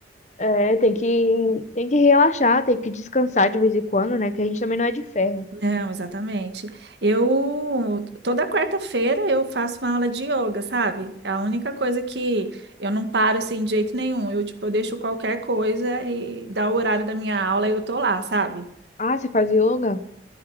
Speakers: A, on the left; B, on the right.
A: É, tem que, tem que relaxar, tem que descansar de vez em quando, né? Que a gente também não é de ferro.
B: Não, exatamente. Eu toda quarta-feira eu faço uma aula de yoga, sabe? É a única coisa que eu não paro assim de jeito nenhum. Eu tipo, eu deixo qualquer coisa e dá o horário da minha aula e eu tô lá, sabe?
A: Ah, você faz yoga?